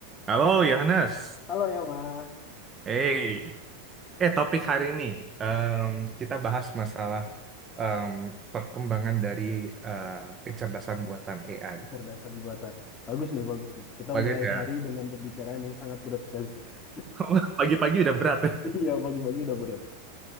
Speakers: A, on the right; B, on the left.
A: Halo Yohanes,
B: Halo ya, Ma.
A: hey, eh topik hari ini em, kita bahas masalah em, perkembangan dari eh, kecerdasan buatan AI.
B: Kecerdasan buatan. Bagus nih, bagus nih. Kita
A: Bagus
B: mulai
A: ya.
B: hari dengan pembicaraan yang sangat berat sekali. <laughs>
A: <laughs> Pagi-pagi udah berat.
B: Iya, pagi-pagi udah berat.